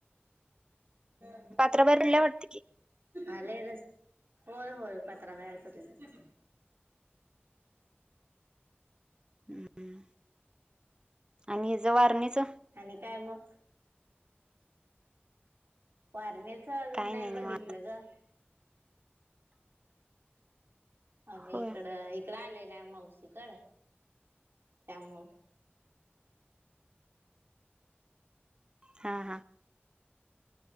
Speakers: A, on the right; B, on the right.
A: <unintelligible>
B: अत पेर वर्तीे-
A: आले रस् होय होय पात्रा बाहेर पडलं.
B: हम् आणि हच वारणीच
A: आणि काय मग वारल्या अजून
B: काय
A: नाही
B: निवांत
A: बघितलं गं आम्ही
B: होय
A: इकडं इकडं आलेला आहे मावशीकडं त्यामुळं
B: हां हां